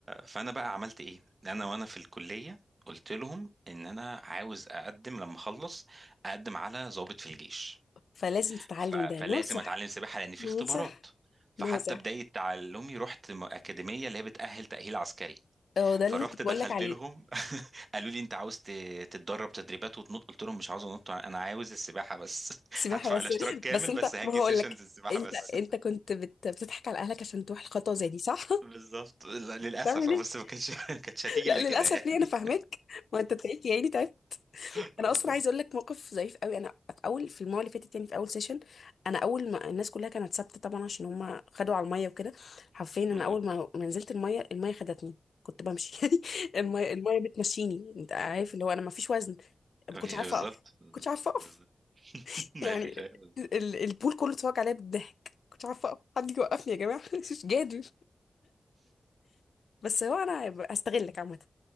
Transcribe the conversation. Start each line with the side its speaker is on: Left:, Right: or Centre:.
Right: فانا بقى عملت ايه انا وانا في الكليه قلت لهم ان انا عاوز اقدم لما اخلص اقدم على ضابط في الجيش
Left: فلازم تتعلم
Right: ف...
Left: ده
Right: فلازم
Left: ناصح
Right: اتعلم سباحه لان في
Left: ناصح
Right: اختبارات فحتى
Left: ناصح
Right: بدايه تعلمي رحت م- اكاديميه اللي هي بتاهل تاهيل عسكري
Left: هو ده
Right: فرحت
Left: اللي أنا كنت
Right: دخلت
Left: بقول لك عليه
Right: لهم <laughs> قالوا لي انت عاوز ت- تتدرب تدريبات وتنط قلت لهم مش عاوز انط انا عاوز السباحه بس <laughs>
Left: سباحه
Right: هدفع
Left: بس
Right: الاشتراك كامل
Left: بس انت
Right: بس هاجي
Left: ما هقول
Right: سيشنز
Left: لك
Right: السباحه
Left: انت
Right: بس
Left: انت كنت بت... بتضحك على اهلك عشان تروح الخطوه زي دي صح؟
Right: بالظبط لا، للاسف
Left: <laughs> تعمل
Right: اه
Left: ايه؟
Right: بس ما كانتش <laughs> ما كانتش هتيجي
Left: لا
Right: الا
Left: للاسف
Right: كده يعني
Left: ليه انا فاهمك ما انت تلاقيك يعني تعبت
Right: <laughs> بالظبط
Left: انا اصلا عايزه اقول لك موقف ظريف قوي انا في اول في المره اللي فاتت يعني في اول سيشن انا اول ما الناس كلها كانت ثابته طبعا عشان هم خدوا على الميه وكده حرفيا انا
Right: بالظبط.
Left: اول ما ما نزلت الميه الميه خدتني كنت بمشي <laughs> يعني الميه الميه بتمشيني انت عارف اللي هو انا ما فيش وزن ما
Right: مفيش
Left: كنتش عارفه
Right: بالظبط
Left: اقف ما
Right: بالظبط
Left: كنتش عارفه اقف
Right: <laughs> بالظبط. مفيش
Left: يعني
Right: أيوة، بالظبط.
Left: ال- البول كله اتفرج عليا بالضحك ما كنتش عارفه اقف حد يجي يوقفني يا جماعه <laughs> مش قادر بس هو انا هستغلك عامه